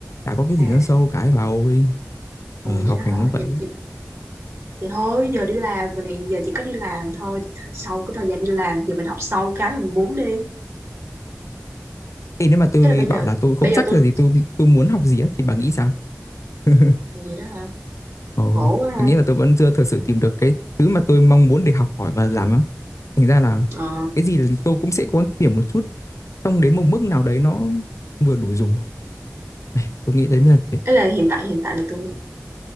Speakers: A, on the left (about 70°); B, on the right (about 60°).
A: chả có cái gì
B: à
A: nó sâu cái bà ơi.
B: ồ,
A: Ờ,
B: vậy
A: học
B: đó
A: hành
B: hả
A: nó vậy
B: vậy,
A: á.
B: vậy, thì thôi giờ đi làm mà nè giờ chỉ có đi làm thôi sau cái thời gian đi làm thì mình học sâu cái mình muốn đi
A: Ê, nếu mà tôi
B: tức là bây giờ
A: bảo là tôi không
B: bây
A: chắc
B: giờ tôi
A: là gì tôi tôi muốn học gì á thì bà nghĩ sao? <laughs>
B: vậy đó hả
A: Ồ,
B: khổ quá ha
A: tôi nghĩ là tôi vẫn chưa thực sự tìm được cái thứ mà tôi mong muốn để học hỏi và làm á. Thành ra là
B: ờ
A: cái gì là tôi cũng sẽ cố gắng tìm một chút, xong đến một mức nào đấy nó vừa đủ dùng. Này, tôi nghĩ đấy mới là để
B: ấy là hiện tại hiện tại là tôi